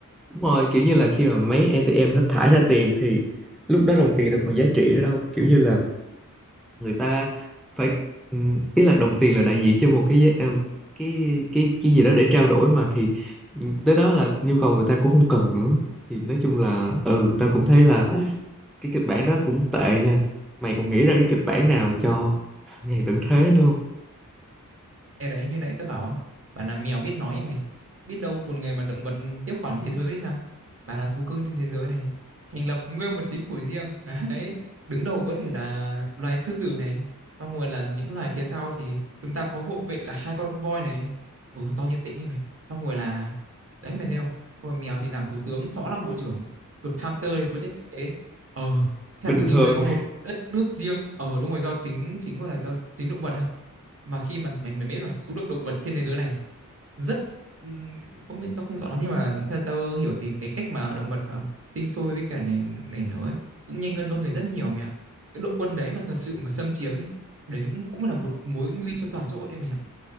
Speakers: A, in the centre; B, on the right (about 45°).
A: đúng rồi kiểu như là khi mà mấy ATM nó thải ra tiền thì lúc đó đồng tiền nó còn giá trị nữa đâu kiểu như là người ta phải ừm, ý là đồng tiền là đại diện cho một cái giá- ờ, cái cái cái gì đó để trao đổi mà thì ừm, tới đó là nhu cầu người ta cũng không cần nữa thì nói chung là ừ tao cũng thấy là cái kịch bản đó cũng tệ nha mày còn nghĩ ra cái kịch bản nào cho ngày tận thế nữa không?
B: Ê đấy như nãy tớ bảo á Bà là mèo biết nói ấy mày Biết đâu một ngày mà động vật tiếp quản thế giới thì sao Bà là thú cưng trên thế giới này Thành lập nguyên một chính phủ riêng <laughs> Đấy Đứng đầu có thể là loài sư tử này Xong rồi là những loài phía sau thì Chúng ta có hộ vệ là hai con voi này Ừ to như tịnh ấy mày Xong rồi là Đấy mày thấy không Xong rồi mèo thì làm thủ tướng Chó làm bộ trưởng Chuột hamster thì phụ trách kinh tế Ờ Thế
A: bình
B: là tự dưng
A: thường
B: sẽ có một đất nước riêng Ờ đúng rồi do chính Chính gọi là do chính động vật à mà khi mà mày mày biết rồi số lượng động vật trên thế giới này rất ừm, không biết tao không rõ lắm nhưng mà theo tao hiểu thì cái cách mà động vật ờ, sinh sôi với cả này này nữa ấy, cũng nhanh hơn con người rất nhiều mẹ ạ cái đội quân đấy mà thật sự mà xâm chiếm ấy đấy cũng, cũng là một mối nguy cho toàn xã hội đấy mẹ ạ